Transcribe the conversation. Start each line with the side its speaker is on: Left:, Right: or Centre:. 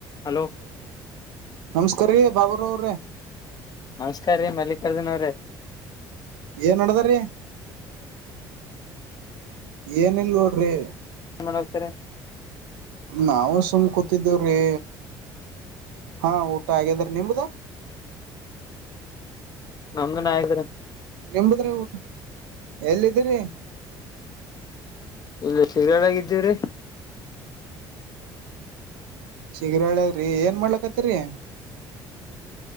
Left: hello
Right: ನಮಸ್ಕಾರ ರೀ ಬಾಬುರ ಅವ್ರಿ
Left: ನಮಸ್ಕಾರ ಮಲ್ಲಿ ಅರದಿನ್ರ
Right: ಏನ್ ನಡದ್ರೀ ಏನ ಇಲ್ ನೋಡ್ರಿ
Left: ಏ ಮಾಡೋಗತಾರೆ
Right: ನಾವು ಸುಮ್ ಕೂತಿದ್ದೇವ್ರೀ ಹಾ ಊಟ ಆಗಾದ್ರ ನಿಮದ
Left: ನಮನ ಆ್ರ
Right: ನಿಂಬುದ್ರೆ ಊಟ ಎಲ್ಲಿದ್ದೀರಿ
Left: ಇಲ್ಲ ಶಗಾಗಿದ್ದೀವ್ರೀ
Right: ಶಗ್ರಾಳ್ರಿ ಏನ್ ಮಾಡ್ಲಕ್ಕತ್ತರಿ